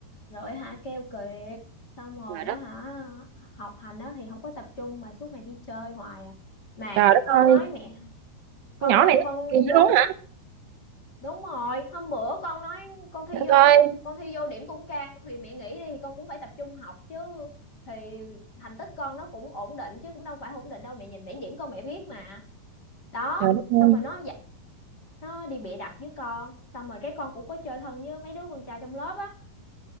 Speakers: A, on the left; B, on the right.
A: rồi hả keo kiệt xong rồi
B: trời đất
A: á hả học hành á thì không có tập trung mà suốt ngày đi chơi hoài à mà
B: trời đất
A: con
B: ơi
A: nói mẹ con
B: con nhỏ này nó
A: con
B: kỳ dữ
A: vô
B: luôn hả
A: đúng rồi hôm bữa con nói con thi
B: để
A: vô
B: coi
A: con thi vô điểm cũng cao thì mẹ nghĩ đi thì con cũng phải tập trung học chứ thì thành tích con nó cũng ổn định chứ cũng đâu phải ổn định đâu mẹ nhìn bảng điểm con mẹ biết mà đó
B: trời đất ơi
A: xong rồi nó dạ- nó đi bịa đặt với con xong rồi cái con cũng có chơi thân với mấy đứa con trai trong lớp á